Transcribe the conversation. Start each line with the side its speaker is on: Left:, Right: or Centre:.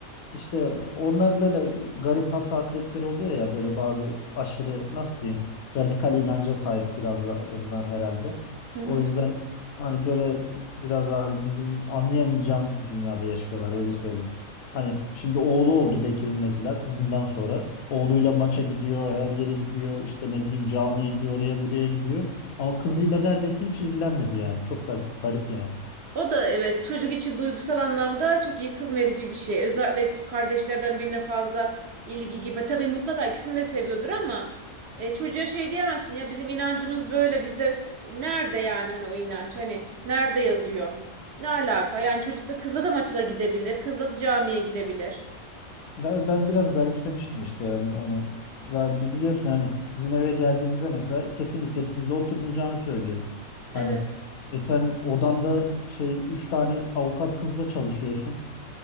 Left: İşte onlar böyle garip hassasiyetleri oluyor ya böyle bazı aşırı nasıl diyeyim radikal inanca sahip biraz da onlar herhalde.
Right: Hı
Left: O
Right: hı.
Left: yüzden hani böyle biraz daha hani bizim anlayamayacağımız bir dünyada yaşıyorlar öyle söyleyeyim. Hani şimdi oğlu oldu Bekir'in mesela kızından sonra. Oğluyla maça gidiyor, her yere gidiyor, işte ne bileyim camiye gidiyor, oraya buraya gidiyor. Ama kızıyla neredeyse hiç ilgilenmedi yani. Çok garip, garip yani.
Right: O da evet çocuk için duygusal anlamda çok yıkım verici bir şey. Özellikle kardeşlerden birine fazla ilgi gibi. Tabii mutlaka ikisini de seviyordur ama e, çocuğa şey diyemezsin ya bizim inancımız böyle bizde nerede yani hani o inanç hani nerede yazıyor? Ne alaka? Yani çocukla kızla da maçla gidebilir. Kızla da camiye gidebilir.
Left: Ben ben biraz garipsemiştim işte yani onu. Zaten bi- biliyorsun hani bizim eve geldiğimizde mesela kesinlikle sizde oturmayacağını söylüyor.
Right: Evet.
Left: Hani e sen odanda şey üç tane avukat kızla çalışıyorsun.